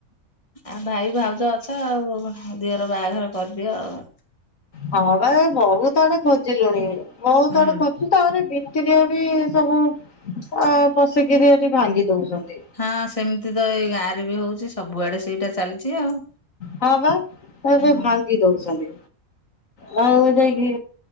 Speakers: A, on the left; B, on the left.
A: ଆଉ ଭାଇ ଭାଉଜ ଅଛ ଆଉ ଦିଅର ବାହାଘର କରିଦିଅ ଆଉ।
B: ହଁ ବା ବହୁତ ଆଡେ ଖୋଜିଲୁଣି ବହୁତ
A: ହୁଁ।
B: ଆଡେ ଖୋ ତାପରେ ବିତିରିିଆ ବି ସବୁ ଅ ପଶିକିରି ଏଠି ଭାଙ୍ଗି ଦଉଛନ୍ତି।
A: ହଁ ସେମିତି ତ ଏଇ ଗାଁ ରେ ବି ହଉଛି ସବୁଆଡେ ସେଇଟା ଚାଲିଛି ଆଉ।
B: ହଁ ବା
A: ହୁଁ।
B: ଭାଙ୍ଗି ଏବେ ଦଉଛନ୍ତି ହଁଉ ଯାଇ କି